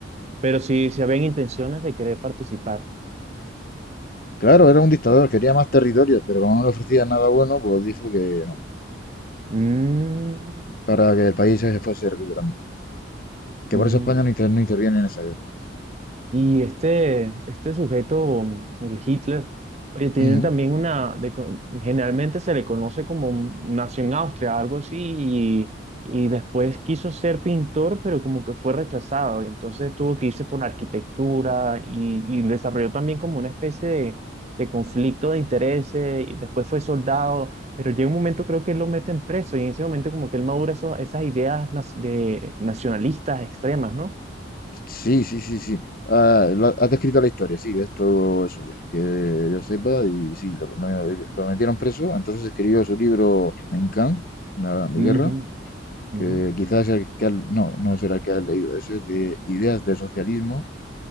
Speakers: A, on the right; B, on the left.
A: Pero si, si habían intenciones de querer participar.
B: Claro, era un dictador, quería más territorios, pero como no le ofrecía nada bueno, pues dijo que no,
A: Mm,
B: para que el país se fuese recuperando. Que
A: mm.
B: por eso España no inter- no interviene en esa guerra.
A: Y este, este sujeto, el Hitler, oye, tienen
B: Ujú.
A: también una, de co- generalmente se le conoce como un- nació en Austria, algo así, y, y después quiso ser pintor, pero como que fue rechazado, y entonces tuvo que irse por la arquitectura y, y desarrolló también como una especie de, de conflicto de intereses, y después fue soldado, pero llega un momento creo que él lo meten preso, y en ese momento como que él madura eso- esas ideas las- de nacionalistas extremas, ¿no?
B: Sí, sí, sí, sí. Ah, lo- has descrito la historia, sí, es todo eso, que yo sepa, y sí, lo, lo- lo metieron preso, entonces escribió su libro Mein Kampf, la, mi guerra,
A: Ujú,
B: que
A: ujú.
B: quizás es el que has- no, no será el que has leído, ese es de ideas de socialismo